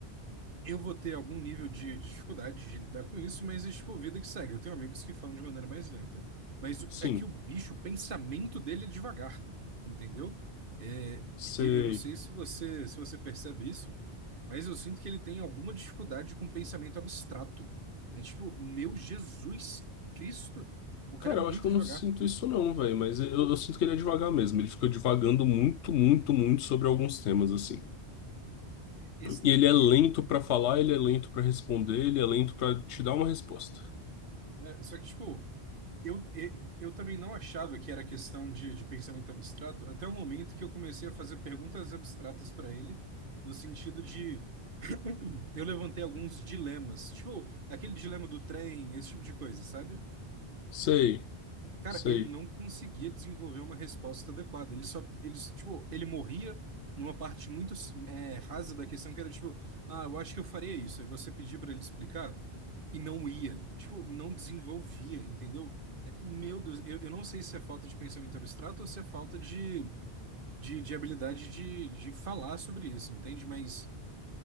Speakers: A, on the right; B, on the left.
A: eu vou ter algum nível de dificuldade de lidar com isso, mas é tipo vida que segue. Eu tenho amigos que falam de maneira mais lenta. Mas o-
B: sim,
A: é que o bicho, o pensamento dele é devagar, entendeu? É,
B: sei.
A: eu eu não sei se você, se você percebe isso, mas eu sinto que ele tem alguma dificuldade com pensamento abstrato. É tipo, meu Jesus Cristo, o cara
B: Cara,
A: é muito
B: eu acho que
A: devagar.
B: eu não sinto isso não, velho, mas eu, eu sinto que ele é devagar mesmo. Ele fica divagando muito, muito, muito sobre alguns temas, assim.
A: Esse
B: E
A: daí
B: ele
A: que
B: é lento pra falar, ele é lento pra responder, ele é lento pra te dar uma resposta.
A: É, só que, tipo, eu, eu, eu também não achava que era questão de, de pensamento abstrato, até o momento que eu comecei a fazer perguntas abstratas para ele, no sentido de <clears throat> eu levantei alguns dilemas, tipo, aquele dilema do trem, esse tipo de coisa, sabe?
B: Sei,
A: Cara,
B: sei.
A: ele não conseguia desenvolver uma resposta adequada. Ele só, ele, tipo, ele morria numa parte muito é, rasa da questão que era tipo, ah, eu acho que eu faria isso. Aí você pedia pra ele explicar e não ia. Tipo, não desenvolvia, entendeu? É, Meu Deus, eu, eu não sei se é falta de pensamento abstrato ou se é falta de, de, de habilidade de, de falar sobre isso, entende? Mas